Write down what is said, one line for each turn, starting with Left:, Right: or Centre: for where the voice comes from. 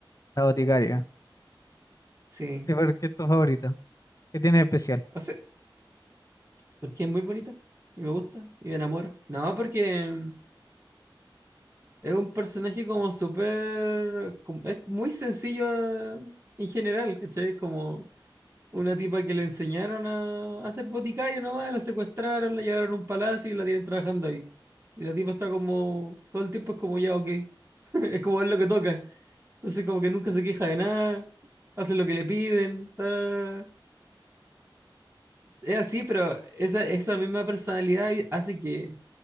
Left: La boticaria.
Right: Sí.
Left: ¿Y por qué es tu favorita? ¿Qué tiene de especial?
Right: O sea, porque es muy bonita y me gusta y me enamoro. No, porque Es un personaje como súper... como- Es muy sencillo eh, en general, ¿cachai? Como una tipa que le enseñaron a, a ser boticario nomás, la secuestraron, la llevaron a un palacio y la tienen trabajando ahí. Y la tipa está como... Todo el tiempo es como ya, ok. <laughs> Es como es lo que toca. Entonces como que nunca se queja de nada, hace lo que le piden. está- Es así, pero esa, esa misma personalidad hace que